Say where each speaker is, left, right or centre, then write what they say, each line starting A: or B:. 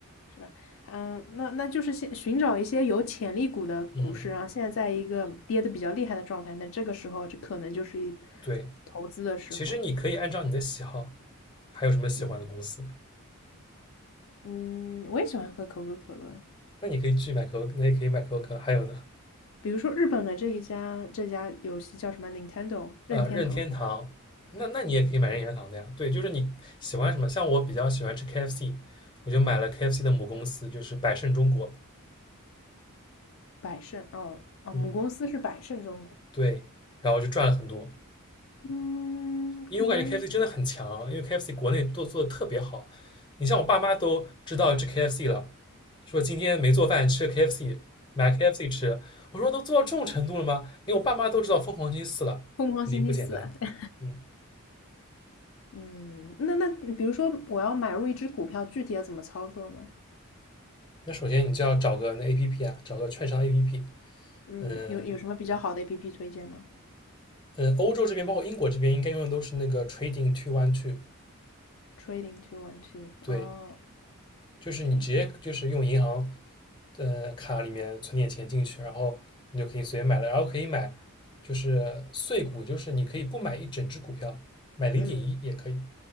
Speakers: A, on the left; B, on the left.
A: 是吧？嗯，那那就是先寻找一些有潜力股的股市，
B: 嗯，
A: 然后现在在一个跌的比较厉害的状态，那这个时候就可能就是一
B: 对，
A: 投资的时候。
B: 其实你可以按照你的喜好，还有什么喜欢的公司，
A: 嗯，嗯，我也喜欢喝可口可乐，
B: 那你可以去买可口，那也可以买可口可乐，还有呢？
A: 比如说日本的这一家这家游戏叫什么？Nintendo 任天堂，
B: 呃，任天堂，那那你也可以买任天堂的呀。
A: 嗯，
B: 对，就是你喜欢什么，像我比较喜欢吃 KFC，我就买了 KFC 的母公司，就是百胜中国。
A: 百胜哦哦，
B: 嗯，
A: 母公司是百胜中国，
B: 对，然后就赚了很多，
A: 嗯，可能
B: 因为我感觉 KFC 真的很强，因为 KFC 国内都做的特别好。你像我爸妈都知道吃 KFC 了，说今天没做饭吃 KFC，买 KFC 吃。我说都做到这种程度了吗？连我爸妈都知道疯狂星期四了，
A: <laughs> 疯狂星期四啊，
B: 肯定不简单。
A: 对，
B: 嗯，
A: 嗯，那那比如说我要买入一只股票，具体要怎么操作呢？
B: 那首先你就要找个那 APP 啊，找个券商 APP，
A: 嗯，
B: 嗯、呃
A: 有有什么比较好的 APP 推荐吗
B: 嗯，欧洲这边包括英国这边应该用的都是那个 Trading Two One Two，
A: ？Trading two one two
B: 对，
A: 啊
B: 就是你直接就是用银行
A: ，OK，
B: 呃卡里面存点钱进去，然后你就可以随便买了，然后可以买就是碎股，就是你可以不买一整只股票，买零点一也可以，
A: 嗯